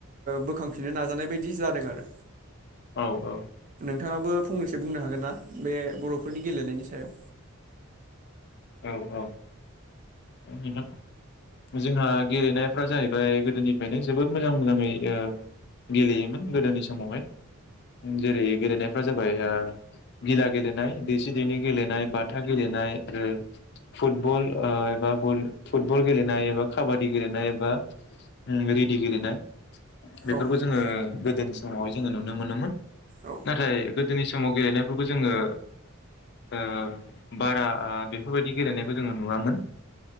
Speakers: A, on the right; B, on the left.
A: बोखांफिननो नाजानाय बायदि जादों आरो।
B: औ औ।
A: नोंथाङाबो फंनैसो बुंनो हागोन ना बे बर'फोरनि गेलेनायनि सायाव।
B: औ औ। नोंथां जोंहा गेलेनायफ्रा जाहैबाय गोदोनिफ्रायनो जोबोद मोजां मोजाङै गेलेयोमोन गोदोनि समावहाय जेरै गेलेनायफ्रा जाबाय। गिला गेलेनाय दैसि दैनि गेलेनाय बाथा गेलेनाय आरो फुटबल एबा फुटबल गेलेनाय एबा काबादि गेलेनाय एबा रिदि गेलेनाय बेफोरखौ
A: औ
B: जोङो गोदोनि समावहाय जोङो नुनो मोनोमोन
A: औ
B: नाथाय गोदोनि समाव गेलेनायफोरखौ जोङो ओ बारा ओ बेफोरबायदि गेलेनायखौ जोङो नुवामोन।